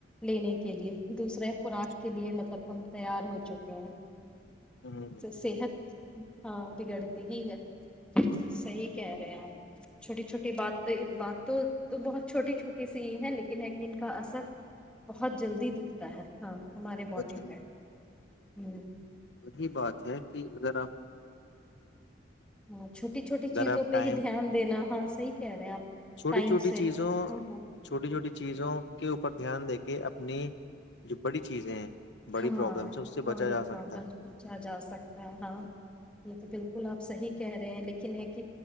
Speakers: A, in the centre; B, on the left (about 65°).
A: لینے کے لیے دوسرے خوراک
B: جی
A: کے لیے مطلب ہم تیار ہو چکے ہیں
B: ہوں ہ
A: صحت ہاں بگڑتی ہی ہے صحی کہہ رہے آپ چھوٹی چھوٹی بات تو بات تو تو بہت چھوٹی چھوٹی سی یہ ہے لیکن یہ کہ ان کا اثر بہت جلدی دکھتا ہے ہاں ہمارے باڈی
B: بہت ضروری
A: پہ ہوں
B: وہی بات ہے کہ اذیرا
A: ہوں چھوٹی چھوٹی چیزوں
B: آپ
A: پہ
B: ٹائم
A: ہی دھیان دینا صحی کہہ رہے ہیں آپ
B: چھوٹی
A: ٹائم
B: چھوٹی
A: سے
B: چیزوں
A: ہاں ہاں
B: چھوٹی چھوٹی چیزوں کے اوپر دھیان دیکھ کہ اپنی جو بڑی چیزیں ہیں بڑی
A: ہاں
B: پرابلمس ہے اس سے
A: پرڈی
B: بچا جا
A: پرلم
B: سکتا ہے
A: پوچا جا سکتا ہے ہاں یہ تو بالکل آپ صحیح کہہ رہے ہیں لیکن یہ کہ